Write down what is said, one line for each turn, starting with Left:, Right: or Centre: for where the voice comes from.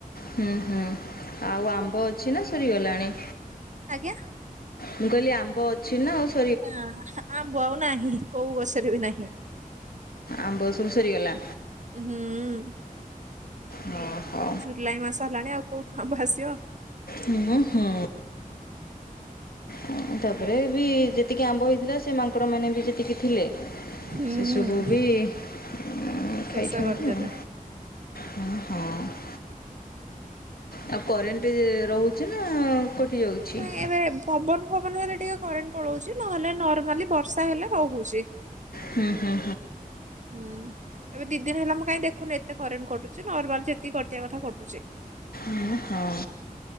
Left: ହୁଁ, ହୁଁ, ଆଉ, ଆମ୍ବ ଅଛି ନା ସରିଗଲାଣି?
Right: ଆଜ୍ଞା,
Left: ମୁଁ କହିଲି ଆମ୍ବ ଅଛି ନା, ଆଉ ସ
Right: ନାଁ, ଆମ୍ବ ଆଉ ନାହିଁ। କୋଉ ଗଛରେ ବି ନାହିଁ?
Left: ଆମ୍ବ ସବୁ ସରିଗଲା।
Right: ହୁଁ।
Left: ହଁ ହଁ
Right: ଜୁଲାଇ ମାସ ହେଲାଣି। ଆଉ, କୋଉଠୁ ଆମ୍ବ ଆସିବ?
Left: ହୁଁ, ହୁଁ। ଅଁ, ତା'ପରେ ବି ଯେତିକି ଆମ୍ବ ହେଇଥିଲା, ସେ ମାଙ୍କଡ ମାନେ ବି ଯେତିକି ଥିଲେ
Right: ହୁଁ
Left: ସେସବୁ ବି ଅ
Right: ଶେଷ
Left: ଖାଇଛନ୍ତି
Right: କରିଦେଲେ।
Left: ଆଉ। ହ ହଁ। ଆଉ, କରେଣ୍ଟେ ରହୁଛି ନା କଟି ଯାଉଛି?
Right: ନାଇଁ ପବନ ଫବନ ହେଲେ ଟିକେ କରେଣ୍ଟ ପଳଉଛି। ନହେଲେ, ନର୍ମାଲି ବର୍ଷା ହେଲେ ରହୁଛି।
Left: ହୁଁ ହୁଁ
Right: ହୁଁ, ଏବେ ଦି ଦିନ ହେଲା, ମୁଁ କାଇଁ ଦେଖ୍ ଖୁନି ଏତେ କରେଣ୍ଟ କଟୁଛି। ନର୍ମାଲ ଯେତିକି କଟିବା କଥା କଟୁଛି।
Left: ଉଁ, ହଁ,